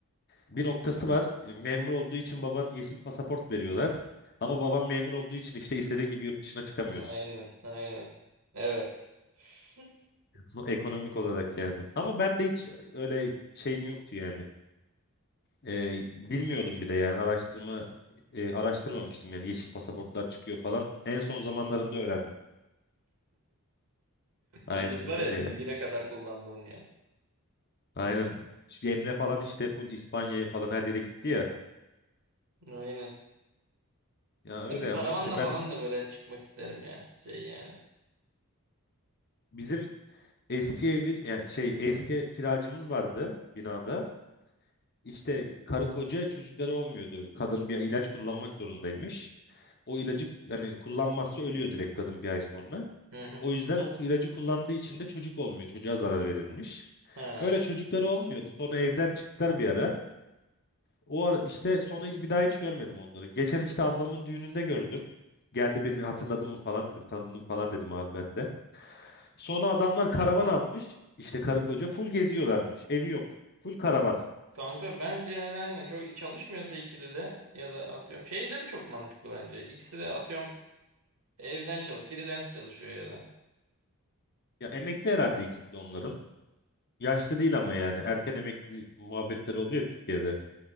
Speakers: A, on the left; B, on the right.
A: Bir noktası var. Memur olduğu için baban yeşil pasaport veriyorlar. Ama babam memur olduğu için işte istediğin gibi yurt dışına çıkamıyorsun.
B: Aynen aynen. Evet. <laughs>
A: Bu Ekonomik olarak yani. Ama ben de hiç öyle şeyim yoktu yani. E, bilmiyordum bir de yani araştırma e, araştırmamıştım yani yeşil pasaportlar çıkıyor falan. En son zamanlarında öğrendim. Aynen
B: Millet var
A: öyle
B: ya
A: yani.
B: dibine kadar kullandı onu ya.
A: Aynen. Şu Emre falan işte full İspanya'ya falan her yere gitti ya.
B: Aynen.
A: Ya öyle
B: Ben bir karavanla
A: ama işte ben
B: falan da böyle çıkmak isterim ya. Şey yani.
A: bizim eski evin yani şey eski kiracımız vardı binada. İşte karı koca çocukları olmuyordu. Kadın bir ilaç kullanmak zorundaymış. O ilacı yani kullanmazsa ölüyor direkt kadın bir ay sonra.
B: Hı hı.
A: O yüzden o ilacı kullandığı için de çocuk olmuyor. Çocuğa zarar verilmiş.
B: Ha.
A: Öyle çocukları olmuyordu. Sonra evden çıktılar bir ara. O ara işte sonra hiç bir daha hiç görmedim onları. Geçen işte ablamın düğününde gördüm. Geldi beni hatırladın mı falan dedim. Tanıdın falan dedim abi ben de. Sonra adamlar karavan almış. İşte karı koca full geziyorlarmış. Evi yok. Full karavan.
B: Kanka bence yani aynen çok çalışmıyorsa ikili de ya da atıyorum. Şeyde de çok mantıklı bence. İkisi de atıyorum Evden çalış, freelance çalışıyor ya da.
A: Ya emekli herhalde ikisi de onların. Yaşlı değil ama yani. Erken emekli muhabbetleri oluyor Türkiye'de.